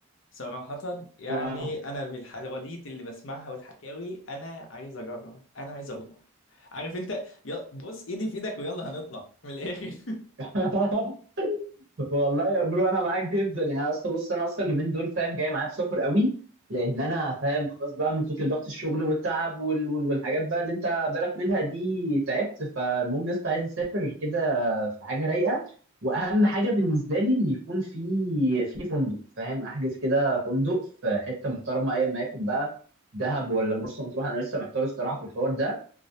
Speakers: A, on the left; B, on the right.
A: صراحة يعني
B: آه.
A: انا من الحواديت اللي بسمعها والحكاوي انا عايز اجرب انا عايز اروح عارف انت يلا بص ايدي في ايدك ويلا هنطلع من الاخر
B: <laughs> والله يا برو انا معاك جدا يعني اصل بص انا اصلا اليومين دول فاهم جاي معايا بسفر قوي لان
A: <laughs>
B: انا فاهم خلاص بقى من كتر ضغط الشغل والتعب وال... وال- والحاجات بقى اللي انت بالك منها دي تعبت فالمهم يا اسطى عايز اسافر كده في حاجه رايقه واهم حاجه بالنسبه لي ان يكون في في فندق فاهم احجز كده فندق في حته محترمه ايا ما يكون بقى دهب ولا مرسى مطروح انا لسه محتار الصراحه في الحوار ده